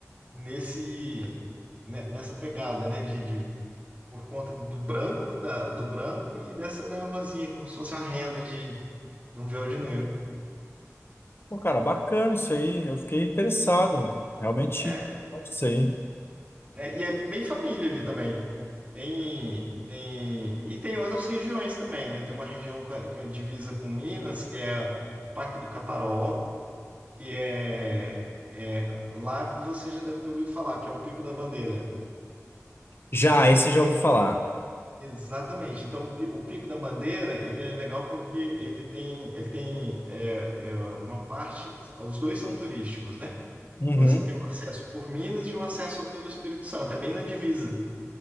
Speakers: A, on the right (about 30°); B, on the left (about 45°).
A: nesse, ne- nessa pegada, né, de, de- por conta do branco, da, do branco e dessa névoazinha, como se fosse uma renda de de um véu de noiva.
B: Pô, cara, bacana isso aí, eu fiquei interessado. Realmente,
A: É,
B: isso aí.
A: né? E é bem família ali também. Tem, tem, e tem outras regiões também, né? Tem uma região que é que é divisa com Minas, que é o Parque do Caparaó, que é, é- lá você já deve ter ouvido falar, que é o Pico da Bandeira.
B: Já, esse já ouvi falar.
A: Exatamente. Então, pi- o Pico da Bandeira, ele é legal porque ele tem, ele tem é, é, uma parte, os dois são turísticos, né?
B: Uhum.
A: Você tem um acesso por Minas e um acesso pelo Espírito Santo, é bem na divisa.